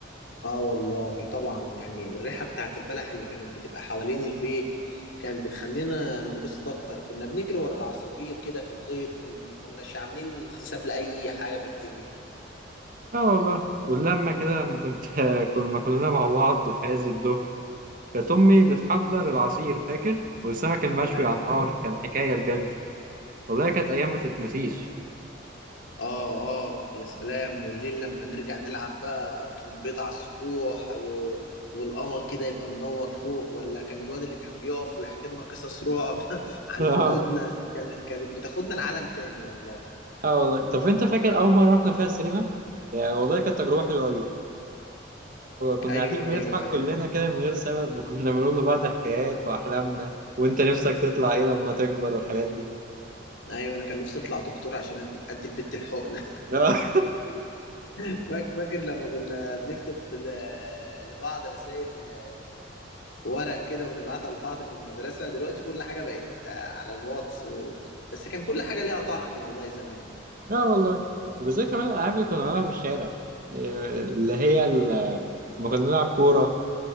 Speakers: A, on the left; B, on the right.
A: اه والله طبعا يعني الريحة بتاعت البلح اللي كانت بتبقى حوالين البيت كانت بتخلينا ننبسط اكتر كنا بنجري ورا العصافير كده في الغيط ومكناش عاملين حساب لأي حاجة في الدنيا
B: اه والله واللما كده لما كنت <laughs> كنا كلنا مع بعض في عز الظهر كانت امي بتحضر العصير فاكر والسمك المشوي
A: ايوه
B: على النار كان حكايه بجد والله كانت ايام ما تتنسيش
A: اه اه يا سلام والليل لما نرجع نلعب بقى ترومبيت على السطوح و... والقمر كده يبقى منور فوق ولا كان الواد اللي كان بيقف ويحكي لنا قصص رعب <laughs>
B: <laughs>
A: عن
B: اه
A: جدودنا كان... كانت بتاخدنا لعالم تاني والله
B: اه والله طب انت فاكر اول مره رحنا فيها السينما يعني والله كانت تجربه حلوه قوي كنا
A: ايوه
B: قاعدين بنضحك
A: ايوه فاكر
B: كلنا كده من غير سبب وكنا بنقول لبعض حكايات وأحلامنا وأنت نفسك تطلع إيه لما تكبر والحاجات دي
A: ايوه انا كان نفسي اطلع دكتور عشان انا ادي البت الحقن
B: لا <laughs>
A: <laughs> فاك- فاكر لما كنا بنكتب ل- لبعض رسائل ورق كده ونبعتها لبعض في المدرسه دلوقتي كل حاجه بقت آه، على الواتس و... بس كان كل حاجه ليها طعم والله زمان
B: لا والله وزي كمان الألعاب اللي كنا بنلعبها في الشارع إيه، اللي هي ال- لما كنا بنلعب كورة